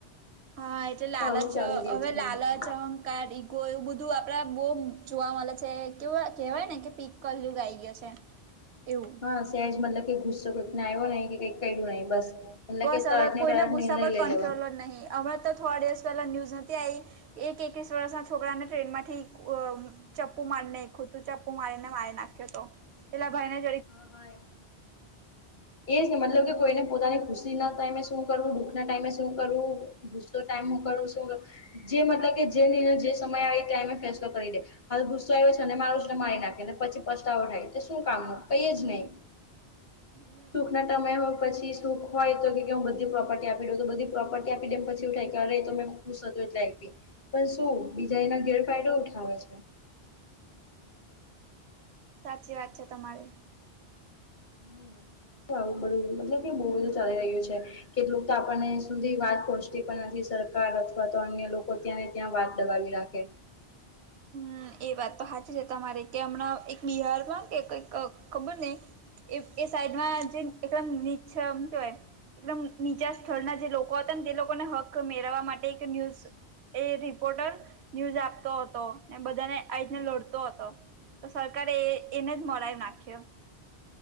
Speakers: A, on the right; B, on the left.
A: હા એટલે લાલચ
B: તો આવું ચાલી રહ્યું
A: હવે
B: છે બંને
A: લાલચ, અહંકાર, ઈગો બધું આપડા બહુ જોવા મળે છે કે કેહેવાય ને કે પી કરલું ગાઈ ગયો છે. એવું
B: હા સેજ મતલબ કે ગુસ્સો કઈ આવ્યો નહી કે કઈક કર્યું નહી બસ
A: બસ
B: કે
A: હવે
B: તરત ને
A: કોઈના
B: તરત
A: ગુસ્સા
B: નિર્ણય
A: પર
B: લઈ
A: કંટ્રોલ
B: લેવા
A: નહી, હમણાં તો થોડા દિવસ પહેલા ન્યૂઝ નથી આવી એક એકવીસ વર્ષના છોકરાને ટ્રેનમાંથી અ અ ચપ્પુ મારીનેખું હતું ચપ્પુ મારીને મારી નાખ્યો હતો, પેલા ભાઈ ને
B: હા હા એ એ જ ને મતલબ કે કોઈને પોતાની ખુશી ના ટાઈમે શું કરવું, દુઃખ ના ટાઈમે શું કરવું ગુસ્સો ટાઈમ હું શું જે મતલબ કે જે જે સમય આવે એ ટાઈમે ફેસલો કરી દે. હાલ ગુસ્સો આવ્યો છે અને મારું ને મારી નાખે ને, પછી પસ્તાવો થાય તો તે શું કામનું કઈ જ નહીં
A: હમ્મ
B: સુખ ના સમય હોય પછી સુખ હોય તો કે હું બધી પ્રોપર્ટી આપી દઉં, તો બધી પ્રોપર્ટી એ આપી દેમ પછી થાય કે અરે તો મેં ખુશ હતી એટલે આયપી. એ શું બીજા એના ગેરફાયદા ઉઠાવે છે.
A: સાચી વાત છે તમારી.
B: હમ્મ આવું બધું મતલબ કે બહુ બધું ચાલી રહ્યું છે. કેટલુંક તો આપણને સુધી વાત પહોચતી પણ નથી, સરકાર અથવા તો અન્ય લોકો ત્યાં ત્યાં વાત દબાવી રાખે.
A: હમમ એ વાત તો હાચી છે તમારી કે હમણાં એક બિહારમાં કે કઈક ખબર ની એ એ સાઈડમાં જે એકદમ નીચમ હું કેવાય એકદમ નીચા સ્થળના જે લોકો હતા ને તે લોકોને હક મેળવવા માટે એક ન્યૂઝ એ રિપોર્ટર ન્યૂઝ આપતો હતો. ને બધાને આ રીત ને લડતો હતો તો સરકારે એને જ મરાવી નાખ્યો.